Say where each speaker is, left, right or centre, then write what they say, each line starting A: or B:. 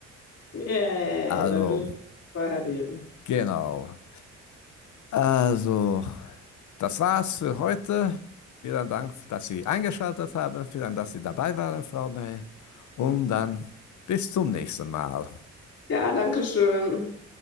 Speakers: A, on the left; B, on the left.
A: Yay,
B: Also,
A: da bin ich super happy.
B: genau. Also, das war's für heute. Vielen Dank, dass Sie eingeschaltet haben. Vielen Dank, dass Sie dabei waren, Frau May. Und dann bis zum nächsten Mal.
A: Ja, danke schön.